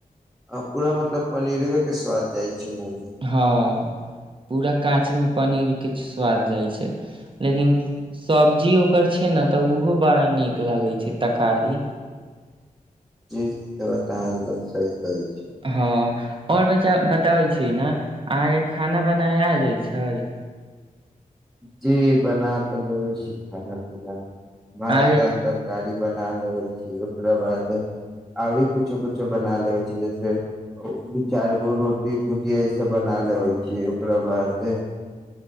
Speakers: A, in the centre; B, on the right (about 35°).
A: आ पूरा मतलब पनीरवेके स्वाद जाइत छै मुँह मे
B: हँ पूरा काँच मे पनीर के स्वाद जाइ छै लेकिन सब्जी ओकर छै ने तऽ ओहो बड़ा नीक लगै छै तकारी
A: जी त बाताँ एकदम सही कहै छी
B: हँ और बच्चा बताबै छी ने अहाँ के खाना बनाय आ जाय छै
A: जी बना तऽ लेबैय छी खाना पीना भात
B: अहाँके
A: दाल तरकारी बना लेए छी ओकरा बाद आओरी कुछो कुछो बना ले छै जैसे दू चारि गो रोटी भुजिया सब बना लेबय छी ओकरा बादे